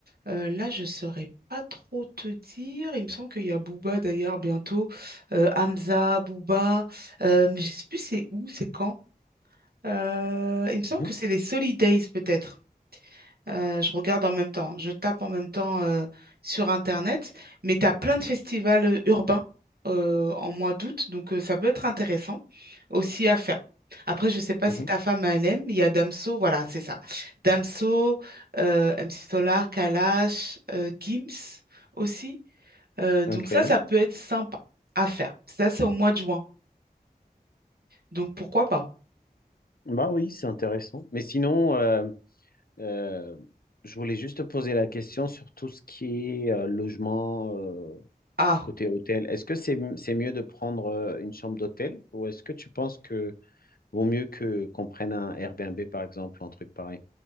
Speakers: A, on the right (about 75°); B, on the left (about 65°).
A: euh, là, je ne saurais pas trop te dire. Il me semble qu'il y a Booba d'ailleurs bientôt. Euh, Hamza, Booba. Euh, mais je ne sais plus c'est où, c'est quand. Euh, il me semble
B: Mhm,
A: que c'est les Solid Days peut-être. Euh, je regarde en même temps, je tape en même temps euh, sur Internet, mais tu as plein de festivals euh, urbains euh, en mois d'août, donc euh, ça peut être intéressant aussi à faire. Après, je ne sais pas
B: mhm.
A: si ta femme elle aime, il y a Damso, voilà, c'est ça. Damso, euh, MC Solar, Kalash, euh, Gims aussi. Euh, donc
B: Ok.
A: ça, ça peut être sympa à faire. Ça, c'est au mois de juin, donc pourquoi pas?
B: Bah oui, c'est intéressant. Mais sinon, euh, euh, je voulais juste te poser la question sur tout ce qui est euh, logement euh,
A: Ah.
B: côté hôtel. Est-ce que c'est, c'est mieux de prendre euh, une chambre d'hôtel ou est-ce que tu penses que Vaut mieux que qu'on prenne un Airbnb, par exemple, ou un truc pareil.